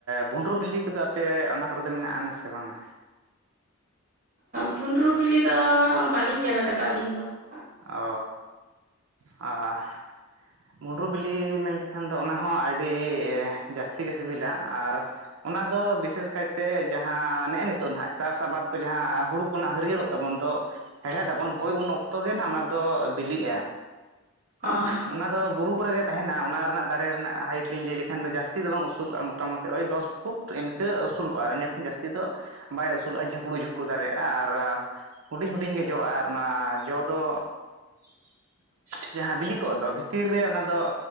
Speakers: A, on the right; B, on the right.
A: ᱵᱷᱩᱸᱰᱨᱩ ᱵᱤᱞᱤ ᱠᱚᱫᱚ ᱟᱯᱮ ᱚᱱᱟ ᱠᱚᱨᱮᱫ ᱫᱚ ᱢᱮᱱᱟᱜ ᱟᱱᱟ ᱥᱮ ᱵᱟᱝ-ᱟ?
B: ᱵᱷᱩᱸᱰᱨᱩ ᱵᱤᱞᱤ ᱫᱚ ᱵᱟᱞᱤᱧ ᱧᱮᱞ ᱟᱠᱟᱫᱟ ᱟᱹᱞᱤᱧ ᱫᱚ ᱦᱟᱸᱜ
A: ᱚ, ᱟᱦ ᱵᱷᱩᱸᱰᱨᱩ ᱵᱤᱞᱤ ᱢᱮᱱ ᱞᱮᱠᱷᱟᱱ ᱫᱚ ᱚᱱᱟ ᱦᱚᱸ ᱟᱹᱰᱤ ᱡᱟᱹᱥᱛᱤ ᱜᱮ ᱥᱤᱵᱤᱞᱟ ᱟᱨ ᱚᱱᱟ ᱫᱚ ᱵᱤᱥᱮᱥ ᱠᱟᱭᱛᱮ ᱡᱟᱦᱟᱸ ᱱᱮᱜᱼᱮ ᱱᱤᱛᱚᱜ ᱱᱟᱦᱟᱜ ᱪᱟᱥ ᱟᱵᱟᱫᱽ ᱠᱚ ᱡᱟᱦᱟᱸ ᱦᱳᱲᱳ ᱠᱚ ᱱᱟᱜ ᱦᱟᱹᱨᱭᱟᱹᱲᱚᱜ ᱛᱟᱵᱚᱱ ᱫᱚ ᱦᱮᱲᱦᱮᱫᱟᱵᱚᱱ ᱦᱳᱭ ᱩᱱ ᱚᱠ ᱛᱚ ᱜᱮ ᱱᱟᱦᱟᱜ ᱚᱱᱟ ᱫᱚ ᱵᱤᱞᱤᱜᱼᱟ᱾
B: ᱚᱸᱻ
A: ᱚᱱᱟ ᱫᱚ ᱵᱩᱨᱩ ᱠᱚᱨᱮᱜ ᱜᱮ ᱛᱟᱦᱮᱱᱟ ᱚᱱᱟ ᱨᱮᱱᱟᱜ ᱫᱟᱨᱮ ᱨᱮᱱᱟᱜ ᱦᱟᱭᱤᱴ ᱞᱤᱧ ᱞᱟᱹᱭ ᱞᱮᱠᱷᱟᱱ ᱫᱚ ᱡᱟᱹᱥᱛᱤ ᱫᱚ ᱵᱟᱝ ᱩᱥᱩᱞᱚᱜᱼᱟ ᱢᱚᱴᱟ ᱢᱩᱴᱤ ᱳᱭ ᱫᱚᱥ ᱯᱩᱴ ᱤᱱᱠᱟᱹ ᱩᱥᱩᱞᱚᱜᱼᱟ ᱤᱱᱟᱹ ᱠᱷᱚᱱ ᱡᱟᱹᱥᱛᱤ ᱫᱚ ᱵᱟᱭ ᱩᱥᱩᱞᱚᱜᱼᱟ ᱡᱷᱟᱹᱯᱲᱩ-ᱡᱷᱟᱹᱯᱲᱩ ᱫᱟᱨᱮᱜᱼᱟ ᱟᱨ ᱦᱩᱰᱤᱧ-ᱦᱩᱰᱤᱧ ᱜᱮ ᱡᱚᱜᱼᱟ ᱟᱨ ᱚᱱᱟ ᱡᱚ ᱫᱚ
B: ᱵᱟᱝ ᱟᱸᱡᱚᱢᱚᱜ ᱠᱟᱱᱟ
A: ᱡᱟᱦᱟᱸ ᱵᱤᱞᱤ ᱠᱚᱜ ᱫᱚ ᱵᱷᱤᱛᱤᱨ ᱨᱮ ᱚᱱᱟ ᱫᱚ